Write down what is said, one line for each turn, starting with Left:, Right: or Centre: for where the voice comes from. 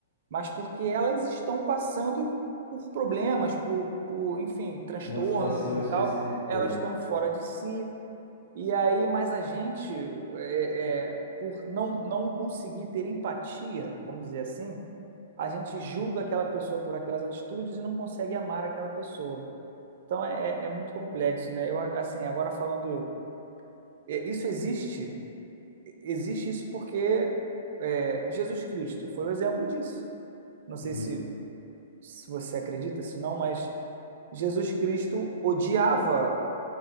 Right: mas porque elas estão passando por problemas, por, por, enfim, transtornos
Left: Uma situação
Right: e
Left: específica
Right: tal, elas
Left: ali.
Right: estão fora de si e aí, mas a gente, é, é, por não, não conseguir ter empatia, vamos dizer assim, a gente julga aquela pessoa por aquelas atitudes e não consegue amar aquela pessoa. Então é, é é muito complexo, né? Eu, assim, agora falando, é, isso existe? Existe isso porque é, Jesus Cristo foi o exemplo disso. Não sei
Left: Uhum,
Right: se, se você acredita, se não, mas Jesus Cristo odiava